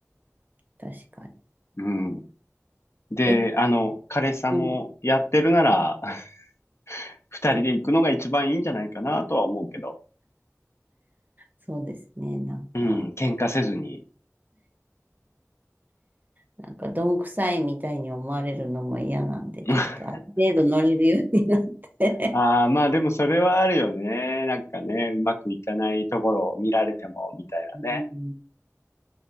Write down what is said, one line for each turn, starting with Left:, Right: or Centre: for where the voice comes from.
Right: 確かに。
Left: うん。で、
Right: え、
Left: あの、彼氏さんもやってるなら、
Right: うん。
Left: <laughs> 二人で行くのが一番いいんじゃないかなとは思うけど。
Right: そうですね。なんか、
Left: うん、喧嘩せずに。
Right: なんか、どんくさいみたいに思われるのも嫌なんで、
Left: <laughs>
Right: ちょっとある程度乗れるようになって。
Left: ああ、まあでもそれはあるよね。なんかね、うまくいかないところを見られても、みたいなね。
Right: うん